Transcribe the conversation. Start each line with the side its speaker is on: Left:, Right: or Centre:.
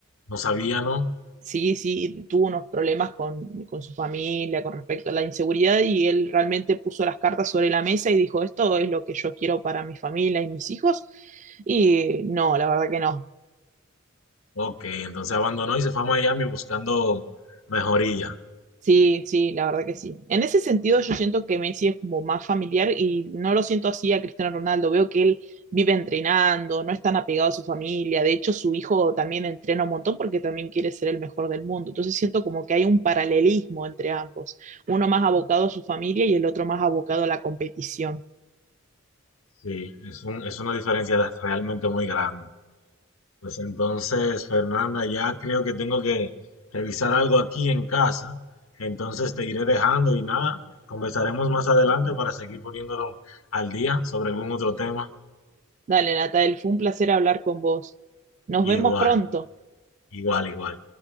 Left: no sabía, ¿no?
Right: Sí, sí, tuvo unos problemas con, con su familia con respecto a la inseguridad y él realmente puso las cartas sobre la mesa y dijo, esto es lo que yo quiero para mi familia y mis hijos. Y no, la verdad que no.
Left: Ok, entonces abandonó y se fue a Miami buscando mejoría.
Right: Sí, sí, la verdad que sí. En ese sentido, yo siento que Messi es como más familiar y no lo siento así a Cristiano Ronaldo. Veo que él vive entrenando, no es tan apegado a su familia. De hecho, su hijo también entrena un montón porque también quiere ser el mejor del mundo. Entonces siento como que hay un paralelismo entre ambos. Uno más abocado a su familia y el otro más abocado a la competición.
Left: Sí, es un, es una diferencia de- realmente muy grande. Pues entonces, Fernanda, ya creo que tengo que revisar algo aquí en casa. Entonces te iré dejando y nada, conversaremos más adelante para seguir poniéndolo al día sobre algún otro tema.
Right: Dale, Natael, fue un placer hablar con vos. Nos
Left: Igual,
Right: vemos pronto.
Left: igual, igual.